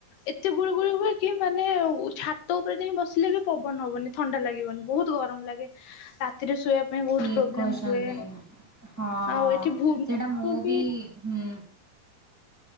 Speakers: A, on the left; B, in the centre.
A: ଏତେ ଗୁଳୁ ଗୁଳି ହୁଏ କି ମାନେ ଉତ୍ ଛାତ ଉପରେ ଯାଇ ବସିଲେ ବି ପବନ ହବନି ଥଣ୍ଡା ଲାଗିବନି ବହୁତ ଗରମ ଲାଗେ ରାତ୍ ରାତିରେ ଶୋଇବା ପାଇଁ ବହୁତ
B: ଠିକ
A: ପ୍ରୋବ୍ଲେମ
B: କହିଛନ୍ତି।
A: ହୁଏ।
B: ହଁ
A: ଆଉ ଏଠି ଭୂମି
B: ସେଇଟା ମୁଁ
A: ବି
B: ହୁଁ